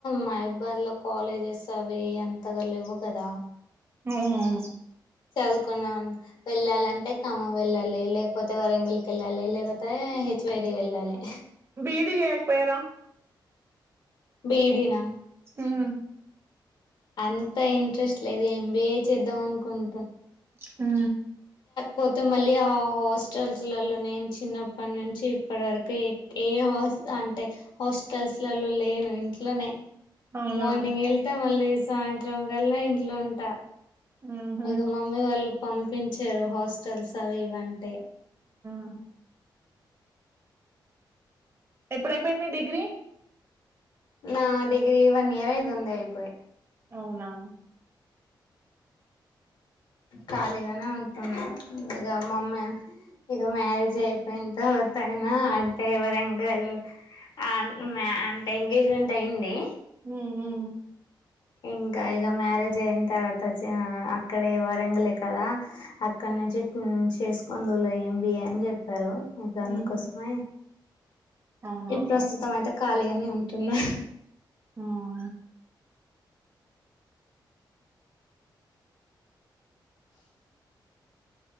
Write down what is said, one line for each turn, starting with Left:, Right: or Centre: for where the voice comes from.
Left: మహిబ్బాద్ లో కాలేజెస్ అవి ఎంతగా లేవు కదా
Right: అవున అవును
Left: చదువుకున్నా వెళ్ళాలింటే ఖమ్మం వెళ్ళాలి లేకపోతే వరంగిలికి వెళ్ళాలి లేకపోతే తె హెచ్ వై డీ వెళ్ళాలి
Right: బీడి చెకా పోయార
Left: బిడినా
Right: హ్మ్.
Left: అంత ఇంట్రెస్ట్ లేదు ఎంబిఏ చేద్దాం అనుకుంన్
Right: హు
Left: పోతే మళ్ళీ ఆ హాస్టల్స్లో నేన్ చిన్నపటినుచి ఇప్పటి వరకు ఏ హస్ అంటే హాస్టల్స్లో లేను ఇంట్లోనే
Right: అవునా?
Left: మార్నింగ్ ఏళ్తా మళ్ళీ సాయంత్రం కాళ్ళ ఇంట్లో ఉంటా
Right: హుహు.
Left: ఇగ మమ్మీ వాళ్ళు పంపించారు హాస్టల్స్ అవీవంటే
Right: ఆ ఎపుడైపోయింది మీ డిగ్రీ
Left: నా డిగ్రీ వన్ ఇయర్ అయితుంది అయిపోయి
Right: అవునా
Left: ఖాళీగానే ఉంటున్నా ఇంగా మమ్మీ ఇగ మ్యారేజ్ అయిపోయింత తరువాతైనా అంటే వరంగల్ ఆన్ మే అంటే ఎంగేజ్మెంట్ అయింది
Right: హుహుహు
Left: ఇంకా ఇగ మ్యారేజ్ అయిన తర్వాత వొచ్చిన అక్కడే వరంగలే కదా అక్కన్ నుంచి చేసుకొందువులే ఎంబీఏ అని చెప్పారు ఇంకా అందుకోసమే
Right: హ్మ్. అవునా?
Left: ఈ ప్రస్తుతమైతే ఖాళీగానే ఉంటున్నా హాహా
Right: ఉమ్